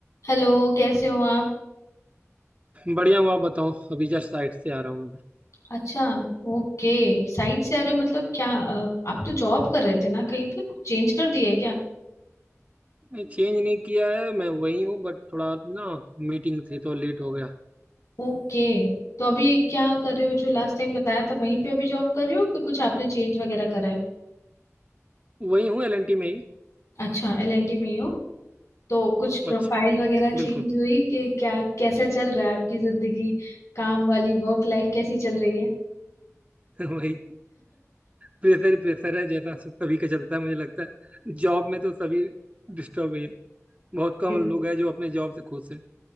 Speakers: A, on the left; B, on the right.
A: Hello कैसे हो आप
B: बढ़िया हूँ आप बताओ अभी जस्ट साइट से आ रहा हूँ मैं
A: अच्छा ओके साइड से आ रहे हो मतलब क्या अ, आप तो जॉब कर रहे थे ना कहीं पे कुछ चेंज कर दिया है क्या
B: नहीं, चेंज नहीं किया है मैं वही हूँ बट थोड़ा ना मीटिंग थी तो लेट हो गया
A: ओके तो अभी क्या कर रहे हो जो लास्ट टाइम बताया था वहीं पे अभी जॉब कर रहे हो कि कुछ आपने चेंज वगैरह करा है
B: वही हूँ एलएनटी में ही
A: अच्छा एलएनटी में ही हो तो कुछ प्रोफाइल
B: अच्छा
A: वगैरह
B: बिल्कुल
A: चेंज हुई कि क्या कैसा चल रहा है आपकी जिंदगी काम वाली वर्क लाइफ कैसी चल रही है
B: <laughs> वही प्रेशर ही प्रेशर है जैसा सब- सभी का चलता है मुझे लगता है जॉब में तो सभी डिस्टर्ब ही है बहुत कम
A: <laughs>
B: लोग हैं जो अपने जॉब से खुश हैं